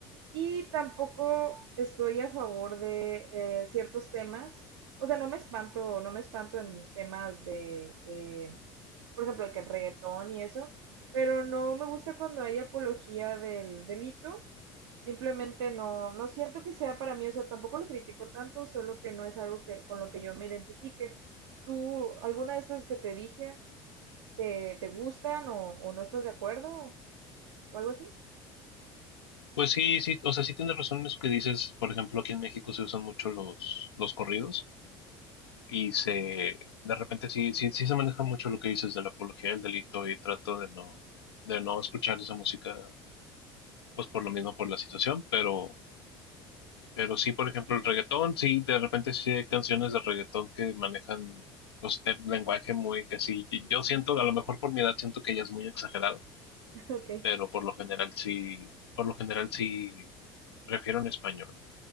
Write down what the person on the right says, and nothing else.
Y tampoco estoy a favor de eh, ciertos temas. O sea, no me espanto, no me espanto en temas de, eh, por ejemplo, de que el reggaetón y eso, pero no me gusta cuando hay apología del delito. Simplemente no, no siento que sea para mí, o sea, tampoco lo critico tanto, solo que no es algo que, con lo que yo me identifique. ¿Tú, alguna de estas que te dije, te, te gustan o, o no estás de acuerdo o algo así?
<laughs> Ok.